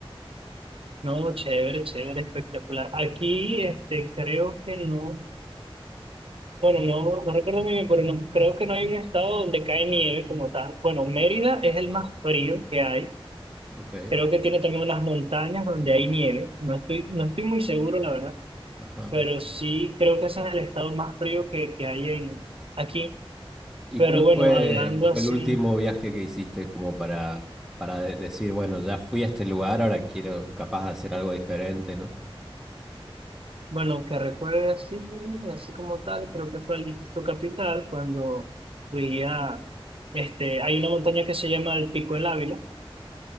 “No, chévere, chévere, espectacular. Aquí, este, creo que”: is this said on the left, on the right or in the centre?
Right